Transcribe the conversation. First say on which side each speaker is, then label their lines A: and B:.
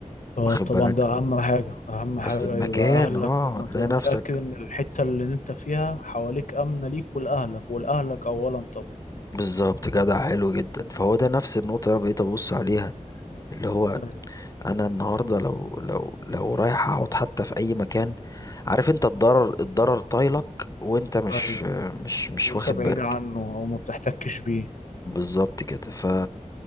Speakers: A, on the left (about 25°); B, on the left (about 70°).
A: واخد
B: اه طبعا
A: بالك
B: ده اهم حاجة اهم حاجة
A: أصل المكان
B: يبقى اهلك
A: اه
B: تبقى
A: تلاقي
B: تبقى متأكد
A: نفسك
B: ان الحتة اللي انت فيها حواليك امنة ليك ولاهلك ولاهلك اولا طبعا
A: بالظبط جدع حلو جدا فهو ده نفس النقطة اللي أنا بقيت أبص عليها اللي هو
B: ايوه
A: أنا النهاردة لو لو لو رايح أقعد حتى في أي مكان عارف أنت الضرر الضرر طايلك وأنت مش
B: أيوة.
A: مش مش
B: وانت
A: واخد
B: بعيد
A: بالك
B: عنه او ما بتحتكش بيه
A: بالظبط كده ف